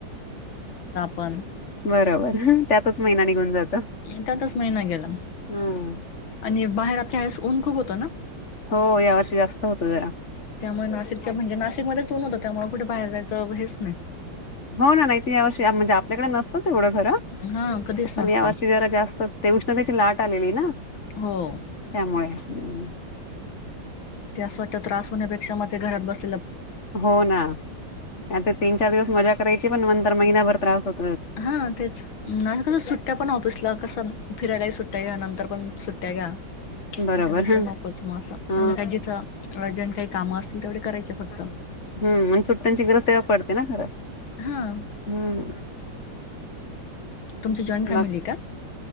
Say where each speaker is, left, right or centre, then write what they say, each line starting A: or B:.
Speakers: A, on the left; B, on the left.
A: पण
B: बरोबर त्यातच महिना निघून जातो,
A: त्यातच महिना गेला
B: हम.
A: आणि बाहेर या वेळेस ऊन खूप होत ना,
B: हो या वर्षी जास्त होतं जरा
A: त्यामुळे नाशिकच्या म्हणजे नाशिकमध्येच ऊन होत. मग कुठे बाहेर जायचं हेच नाही.
B: हो ना नाही त या वर्षी म्हणजे आपल्याकडे नसतंच एवढं घर
A: हा कधीच
B: पण
A: नसतं
B: या वर्षी जरा जास्तच ते उष्ण त्याची लाट आली,
A: हो.
B: त्यामुळे हम्म.
A: ते असं वाटतं त्रास होण्यापेक्षा मग ते घरात बस
B: हो ना नाय तर तीन चार दिवस मजा करायची पण नंतर महिनाभर त्रास होत.
A: हा तेच कस सुट्ट्या पण ऑफिसला कसं फिरायला सुट्ट सुट्ट्या घ्या, नंतर पण सुट्ट्या घ्या
B: बरोबर
A: म त्यापेक्षा
B: ह
A: नकोच मं
B: हा
A: का जिथं अर्जट काही काम असतील तेवढी करायचे फक्त.
B: हम्म आणि सुट्ट्यांची गरज तेव्हा पडते ना खराब,
A: हा
B: हम्म.
A: तुमची जॉईंट फॅमिली
B: मग
A: का?